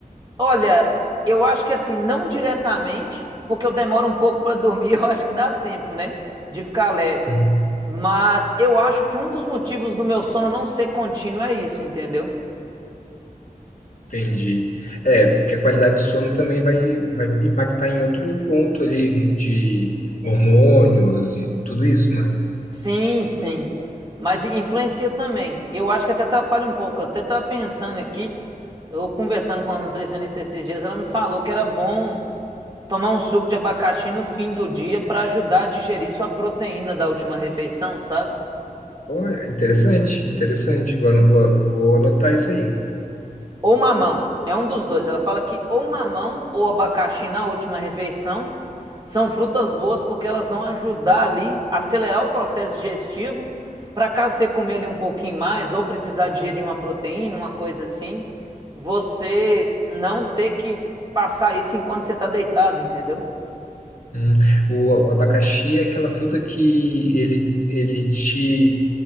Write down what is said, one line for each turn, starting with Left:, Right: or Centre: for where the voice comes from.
Right: Olha, eu acho que assim, não diretamente, porque eu demoro um pouco para dormir, <laughs> eu acho que dá tempo, né, de ficar leve.
Left: Hum.
Right: Mas eu acho que um dos motivos do meu sono não ser contínuo é isso, entendeu?
Left: Entendi. É, porque a qualidade de sono também vai, vai impactar em outro ponto ali de hormônios e tudo isso, né?
Right: Sim, sim. Mas influencia também. Eu acho que até atrapalha um pouco. Eu até tava pensando aqui, eu conversando com a nutricionista esses dias, ela me falou que era bom tomar um suco de abacaxi no fim do dia para ajudar a digerir sua proteína da última refeição, sabe?
Left: Olha, interessante, interessante. Vou, ano- vou, vou anotar isso aí.
Right: Ou mamão. É um dos dois. Ela fala que ou mamão ou abacaxi na última refeição são frutas boas porque elas vão ajudar ali a acelerar o processo digestivo. Para caso você comer ali um pouquinho mais ou precisar digerir uma proteína, uma coisa assim, você não ter que passar isso enquanto você está deitado, entendeu?
Left: Hum. O abacaxi é aquela fruta que ele, ele te